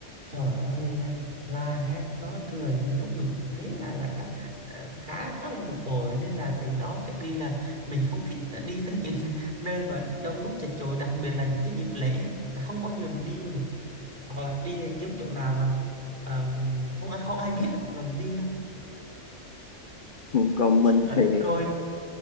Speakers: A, on the right (about 40°); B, on the left (about 45°).
A: trời ơi là là ha, nói cười nhiều lúc mình cũng thấy là là khá ờ, khá khá là bực bội nên là từ đó trở đi là mình không thích là đi tới những <laughs> nơi mà đông đúc chật chội đặc biệt là những cái dịp lễ á, là không bao giờ mình đi du lịch hoặc là đi kiếm chỗ nào mà ờ, không không ai biết rồi mình đi thôi
B: Ừ. còn mình
A: Ờ,
B: thì
A: rồi